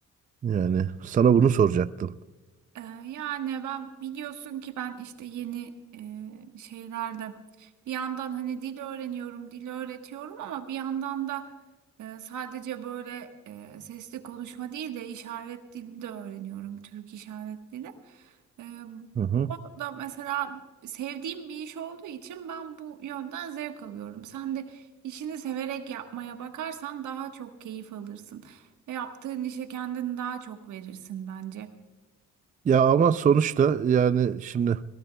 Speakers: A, on the right; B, on the right.
A: Yani sana bunu soracaktım.
B: Ee, Yani ben biliyorsun ki ben işte yeni e, şeylerde bir yandan hani dil öğreniyorum, dil öğretiyorum ama bir yandan da e, sadece böyle e, sesli konuşma değil de işaret dili de öğreniyorum, Türk işaret dili. Ee,
A: Hı hı.
B: o da mesela sevdiğim bir iş olduğu için ben bu yönden zevk alıyorum. Sen de işini severek yapmaya bakarsan daha çok keyif alırsın ve yaptığın işe kendini daha çok verirsin bence.
A: Ya ama sonuçta yani şimdi